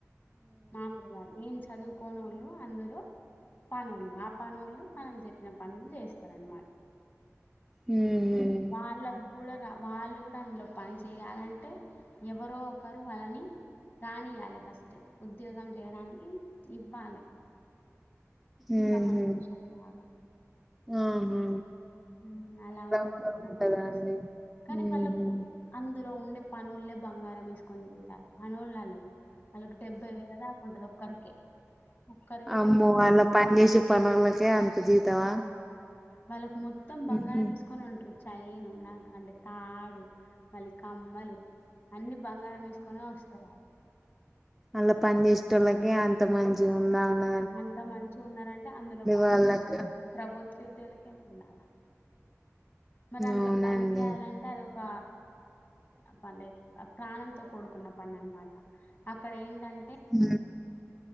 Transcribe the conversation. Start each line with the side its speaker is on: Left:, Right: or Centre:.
Left: మామూలుగా ఏన్ చదువుకోనోళ్లు అందరు పనోళ్లు ఆ పనోళ్లు మనం చెప్పిన పనులు చేస్తారనమాట
Centre: ఉహు
Left: వాళ్ళకు కూడా రా వాళ్ళు కూడా అందులో పని చేయాలంటే ఎవరో ఒకరు మనని రానిలే ఫస్ట్ ఉద్యోగం చేయడానికి ఇవ్వాలె రికమెండేషన్
Centre: ఊహు
Left: లాగా.
Centre: ఆహా
Left: ఊ అలా ఉంటయ్
Centre: కూడా ఉంటదా
Left: అనిపిస్తది
Centre: అండి
Left: కానీ
Centre: ఉహు.
Left: వాళ్ళకు అందులో ఉండే పనోళ్లే బంగారం వేసుకొని తిరుగుతారు పనోళ్ళు ఆళ్ళు వాళ్ళకు డెబ్బైవేల దాకుంటది ఒక్కరికే ఒక్కరికే
Centre: అమ్మో అండ్ల పని చేేసె పనోలకే అంత జీతమా
Left: వాళ్ళకు మొత్తం బంగారం
Centre: ఉహు.
Left: ఏసుకొని ఉంటారు చైను నగ్ అంటే తాడు మళ్ళీ కమ్మలు అన్ని బంగారం వేసుకొని వస్తారు ఆళ్ళు
Centre: అండ్ల పని చేసేటోళ్ళకి అంత మంచిగా ఉందా అన్న
Left: అంత మంచి ఉన్నారంటే అందులో పని
Centre: వాళ్ళకి
Left: చే అంటే ప్రభుత్వ ఉద్యోగులకు ఎంత ఉండాల మరి అందులో
Centre: అవునండి
Left: పని చేయాలంటే అదొక పండే ఆ ప్రాణంతో కూడుకున్న పని అనమాట అక్కడ ఏంటంటే
Centre: ఊ